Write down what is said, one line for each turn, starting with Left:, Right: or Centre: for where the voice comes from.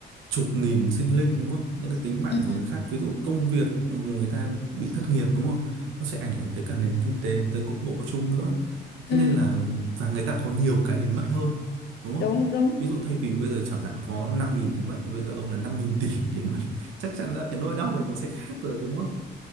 Right: chục nghìn sinh linh đúng không? Những cái tính mạng
Left: ừ
Right: của người khác, ví dụ công việc ừ, người ta bị thất nghiệp đúng không? nó sẽ ảnh hưởng tới cả nền kinh tế tới cục bộ chung nữa Thế
Left: ừ
Right: nên là và người ta có nhiều cái để mất hơn đúng không?
Left: đúng đúng
Right: Ví dụ thay vì bây giờ chẳng hạn có 5.000 để mất thì bây giờ ông là 5.000 tỷ để mất <laughs> chắc chắn là cái nỗi đau ấy nó sẽ khác rồi đúng không?